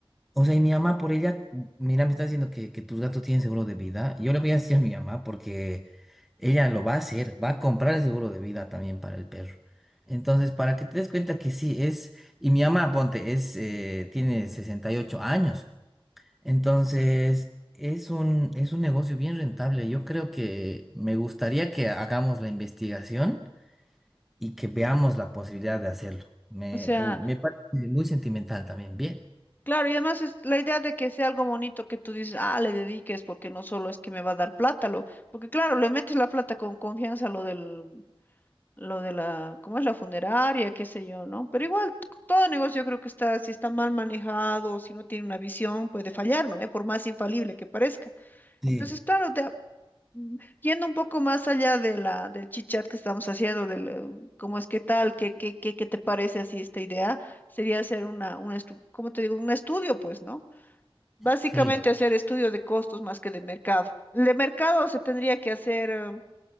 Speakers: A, in the centre; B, on the left (about 20°).
A: o sea, y mi mamá por ella, mira, me está diciendo que, que tus gatos tienen seguro de vida. Yo le voy a decir a mi mamá porque ella lo va a hacer, va a comprar el seguro de vida también para el perro. Entonces, para que te des cuenta que sí, es, y mi mamá, ponte, es, eh, tiene 68 años. Entonces, es un, es un negocio bien rentable. Yo creo que me gustaría que hagamos la investigación y que veamos la posibilidad de hacerlo. Me,
B: O sea,
A: y me parece muy sentimental también. Bien.
B: claro, y además es la idea de que sea algo bonito que tú dices, ah, le dediques, porque no solo es que me va a dar plata, lo, porque claro, le metes la plata con confianza a lo del lo de la, ¿cómo es la funeraria? qué sé yo, ¿no? Pero igual, t- todo negocio yo creo que está, si está mal manejado, si no tiene una visión, puede fallar, ¿no? ve? Por más infalible que parezca.
A: Sí,
B: Entonces, claro, te- mm, yendo un poco más allá de la, del chichat que estamos haciendo, del eh, cómo es qué tal, qué, qué, qué, qué te parece así esta idea, sería hacer una, un estu- ¿cómo te digo? Un estudio, pues, ¿no? Básicamente
A: sí,
B: Claro. hacer estudio de costos más que de mercado. El de mercado se tendría que hacer.